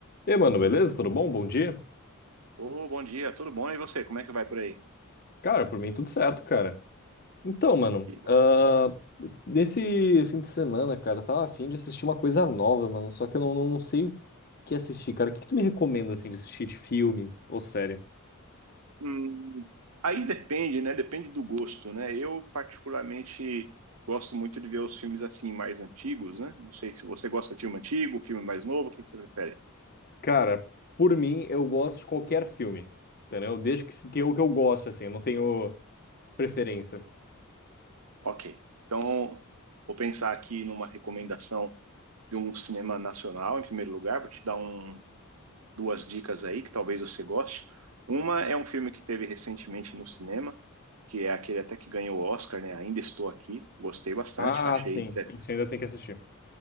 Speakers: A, on the left; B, on the right.
A: E aí, mano, beleza? Tudo bom? Bom dia?
B: Ô, bom dia, tudo bom? E você, como é que vai por aí?
A: Cara, por mim tudo certo, cara. Então, mano,
B: Que bom.
A: ah, nesse fim de semana, cara, eu tava afim de assistir uma coisa nova, mano, só que eu não, não- não sei o que assistir, cara. O que que tu me recomenda, assim, de assistir de filme ou série?
B: Hum, aí depende, né? Depende do gosto, né? Eu particularmente gosto muito de ver os filmes assim mais antigos, né? Não sei se você gosta de filme antigo, filme mais novo, o que que você prefere?
A: Cara, por mim, eu gosto de qualquer filme, entendeu? Desde que, se- que eu, que eu gosto, assim, eu não tenho preferência.
B: Ok. Então, vou pensar aqui numa recomendação de um cinema nacional, em primeiro lugar, vou te dar um, duas dicas aí que talvez você goste. Uma é um filme que teve recentemente no cinema, que é aquele até que ganhou o Oscar, né? Ainda Estou Aqui. Gostei bastante,
A: Ah,
B: achei,
A: sim,
B: inter-
A: isso ainda tem que assistir.